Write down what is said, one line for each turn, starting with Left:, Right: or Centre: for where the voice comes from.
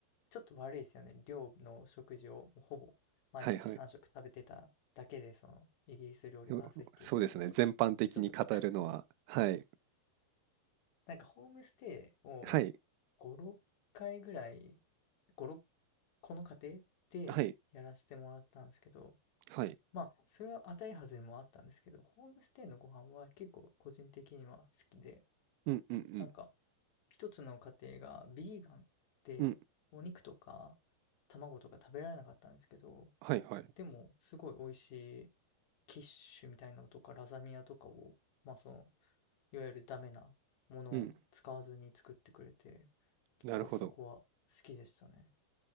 Left: ちょっと悪いですよね。寮の食事をもうほぼ毎日3食食べてただけで、
Right: はいはい。
Left: そのイギリス料理まずいっていうのはちょっと、
Right: でもそうですね。全般的に語るのは、
Left: ちょっと、
Right: はい。
Left: なんかホームステイを
Right: はい。
Left: 5、6回ぐらい、5、6この家庭でやらせてもらったんですけど、
Right: はい。はい。
Left: まあ、それは当たり外れもあったんですけど、ホームステイのご飯は結構個人的には好きで、
Right: うんうんうん。
Left: なんか一つの家庭がビーガンでお肉とか
Right: うん。
Left: 卵とか食べられなかったんですけど、
Right: はいはい。
Left: でも、すごい美味しいキッシュみたいなのとか、ラザニアとかを、まあその、いわゆるダメなものを使わずに作ってくれて、
Right: うん。
Left: 結構そこは好きでしたね。
Right: なるほど。